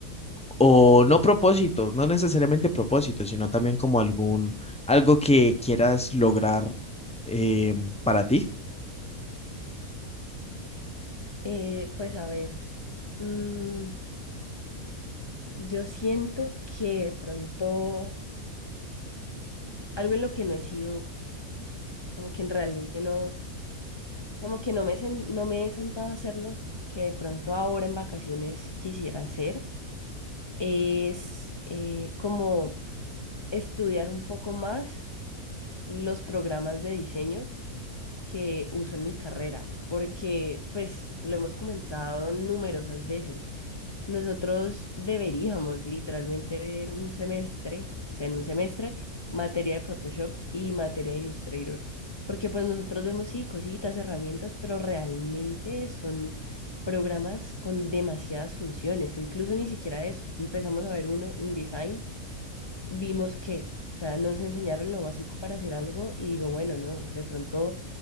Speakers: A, in the centre; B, on the left (about 40°).
A: O no propósito, no necesariamente propósito, sino también como algún, algo que quieras lograr eh, para ti.
B: Eh, pues a ver, mm, yo siento que de pronto algo en lo que no he sido, como que realmente no, como que no me, sen- no me he sentado a hacerlo, que de pronto ahora en vacaciones quisiera hacer, es eh, como estudiar un poco más los programas de diseño que uso en mi carrera, porque pues lo hemos comentado numerosas veces. Nosotros deberíamos literalmente ver un semestre, o sea, en un semestre, materia de Photoshop y materia de Illustrator, porque pues nosotros vemos sí cositas, herramientas, pero realmente son programas con demasiadas funciones o incluso ni siquiera eso. Empezamos a ver uno InDesign vimos que, o sea, nos enseñaron lo básico para hacer algo y digo, bueno, no, de pronto